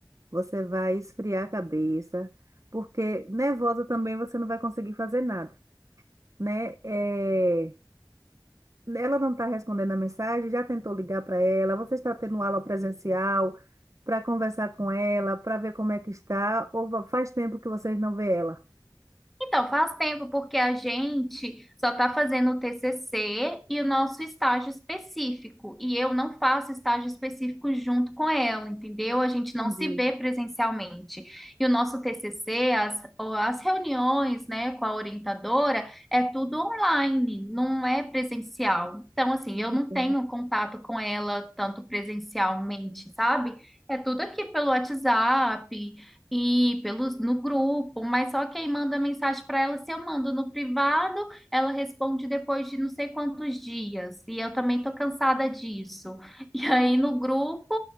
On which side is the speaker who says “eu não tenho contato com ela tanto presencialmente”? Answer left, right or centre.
Centre